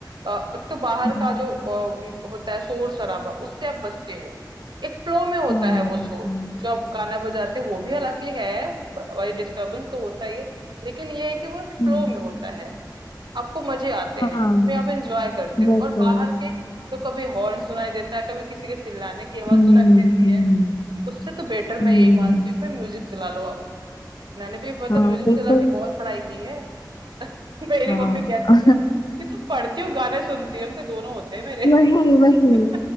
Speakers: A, on the right; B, on the left.
A: अ, एक तो बाहर
B: हम्म,
A: का जो अ, होता है शोर शराबा उससे आप बचते हो एक फ्लो में होता
B: हाँ
A: है
B: ये
A: वो शोर
B: बात तो है।
A: जो आप गाना बजाते हो वो भी हालांकि है ब- भाई डिस्टरबेंस तो होता ही है लेकिन ये है कि वो एक
B: हम्म,
A: फ्लो में होता है आपको मजे आते
B: हाँ
A: हैं उसमें आप एंजॉय करते हो
B: बिल्कुल
A: और बाहर के तो कभी हॉर्न सुनाई देता है कभी किसी के चिल्लाने की आवाज
B: हम्म
A: सुनाई देती
B: हम्म
A: है उससे तो बेटर मैं
B: हम्म,
A: यही मानती हूँ कि भाई म्यूजिक चला लो आप मैंने भी मतलब
B: हाँ
A: म्यूजिक
B: बिल्कुल
A: चला के बहुत पढ़ाई की है <laughs> मेरी
B: हाँ
A: मम्मी कहती थी कि तुम पढ़ती हो गाने सुनती हो हम के दोनों होते हैं मेरे
B: वही वही
A: <laughs>